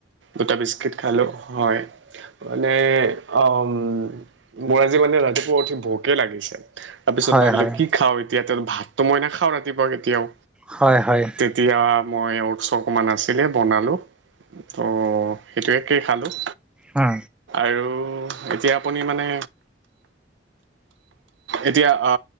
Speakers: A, on the right; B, in the centre.
A: দুটা বিস্কিট খালো, হয়। মানে, অ', মোৰ আজি মানে ৰাতিপুৱা উঠি ভোকে লাগিছে। তাৰ পিছত
B: হয়
A: ভাবিলো
B: হয়
A: কি খাও এতিয়া, ভাতটো মই নাখাওঁ ৰাতিপুৱা কেতিয়াও।
B: হয়, হয়।
A: তেতিয়া মই অৰ্ডছ অকণমান আছিলে বনালোঁ, ত' সেইটোৱে। তাকেই খালোঁ।
B: হা।
A: আৰু, এতিয়া আপুনি মানে এতিয়া আ